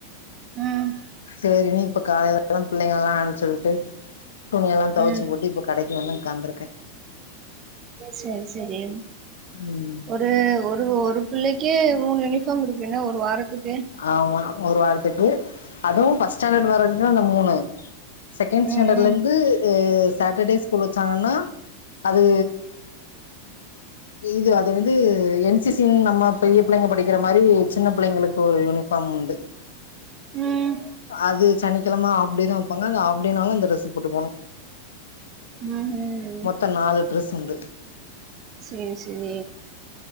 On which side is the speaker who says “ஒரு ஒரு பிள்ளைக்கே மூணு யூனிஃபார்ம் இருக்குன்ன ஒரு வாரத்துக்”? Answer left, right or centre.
Right